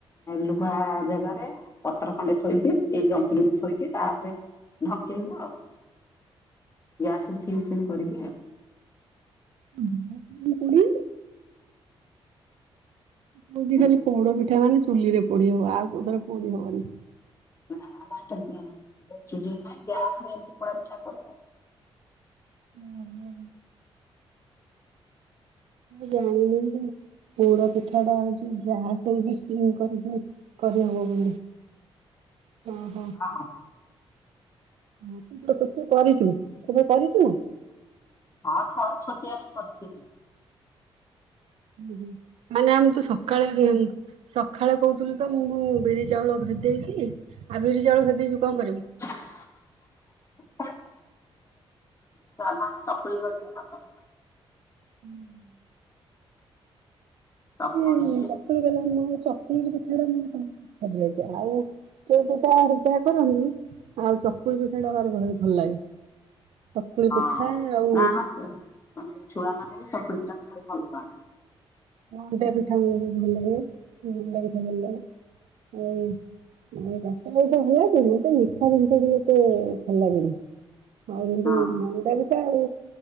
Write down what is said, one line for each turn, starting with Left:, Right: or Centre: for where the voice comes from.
Left: ଲୁହା ଜାଗାରେ ପତ୍ର ଖଣ୍ଡେ ଥୋଇକି ଏଇ ଜନ୍ତୁଣିି କି ଥୋଇକି ତାପରେ ଢ଼ଙ୍କେଇବୁ ଆଉ। ଗ୍ୟାସ ସିମ୍ ସିମ୍ କରିକି ଆଉ।
Right: <unintelligible> ମୁଁ ବି
Left: ହୁଁ।
Right: ଜାଣିନି ପୋଡ ପିଠା ମାନେ ଚୁଲିରେ ପୋଡି ହବ ଆଉ କୋଉଥିରେ ପୋଡି ହବନି।
Left: ନା ନା ଚୁଲି ନାହିଁ ଗ୍ୟାସରେ ଏମିତି ପୋଡ ପିଠା କରେ ଆଉ।
Right: ହୁଁ ହୁଁ। ଜାଣିନି ପୋଡ ପିଠା ପିଠା ଟା ହଉଛି ଗ୍ୟାସ ବି ସିମ୍ କରିକି କରିହବ ବୋଲି ଅଁ ହଁ।
Left: ହଁ।
Right: ହଁ ତୁତ ସେଠି କରିଚୁ ସବୁ କରିଛୁ?
Left: ହଁ ଥର ଛୋଟିଆଟେ କରିିଥିଲି।
Right: ହୁଁ ହୁଁ ମାନେ ଆମେ ତ ସକାଳେ ସଖାଳେ କହୁଥିଲି ତ ମୁଁ ବିରି ଚାଉଳ ଭେଦେଇଛି ଆଉ ବିରି ଚାଉଳ ଭେଦେଇଚୁ କଣ କରିବୁ?
Left: <unintelligible> ଚାହା ଚକୁଳି କରିଦିଏ ଆଉ।
Right: ହୁଁ।
Left: ଚକୁଳି
Right: ହୁଁ ଚକୁଳି କଲେ ଭଲଗିବ‌ ଚ <unintelligible> ଆଉ ଯୋଉ ପିଠା ଫିଠା କରନ୍ତି ଆଉ ଚକୁଳି ପିଠା ଟା ଭାରି ଭଲ ଲାଗେ। ଚକୁଳି
Left: ଆ,
Right: ପିଠା ଆଉ
Left: ନା ଆମ ହଁ ଛୁଆ ମାନେ ବି ଚକୁଳି ପିଠା ଭାରି ଭଲ ପାଆନ୍ତି।
Right: ମଣ୍ଡା ପିଠା ବି ଭାରି ଭଲ ଲାଗେ ମଣ୍ଡା ପିଠା ଭଲ ଲାଗେ ଆଉ ରାଷି ଲଡୁଟା ଭଲ ଲାଗେ ମତେ ମିଠା ଜିନିଷ ଟିକେ ଏତେ ଭଲ ଲାଗେନି। ଆଉ ଏମିତି
Left: ହଁ
Right: ମଣ୍ଡା ପିଠ ଆଉ